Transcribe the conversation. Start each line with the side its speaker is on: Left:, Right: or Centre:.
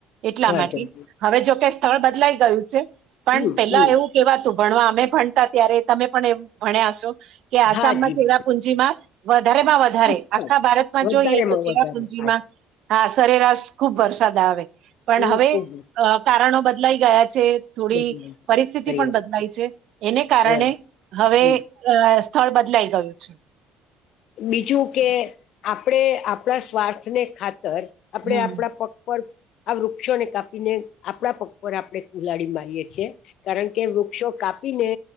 Right: એટલા
Left: ઘર
Right: માટે
Left: જમવું
Right: હવે જોકે સ્થળ બદલાઈ ગયું છે પણ
Left: હમ
Right: પેલા
Left: હમ
Right: એવું. કેવા તું ભણવા અમે ભણતા ત્યારે તમે પણ એવ ભણ્યા છો કે આસામમાં.
Left: હા જી હા
Right: પુંજીમાં વધારેમાં વધારે
Left: પુષ્કળ
Right: આખા ભારતમાં
Left: વધારેમાં
Right: જોઈએ તો કેવા
Left: વધારે
Right: પુંજીમાં.
Left: હા
Right: હા સરેરાશ ખુબ વરસાદ આવે. પણ
Left: હું
Right: હવે
Left: ખુબ
Right: કારણો બદલાઈ ગયા છે થોડી
Left: બધું
Right: પરિસ્થિતિ
Left: ખરી
Right: પણ
Left: વાત
Right: બદલાઈ છે. એને કારણે
Left: હા,
Right: હવે
Left: હમ.
Right: સ્થળ બદલાઈ ગયું છે.
Left: બીજું કે આપણે આપણા સ્વાર્થને ખાતર આપણે
Right: હમ
Left: આપણા પ. પર આ વૃક્ષોને કાપીને આપણા પગ પર આપણે કુલાડી મારીએે છીએ. કારણ કે વૃક્ષો કાપીને.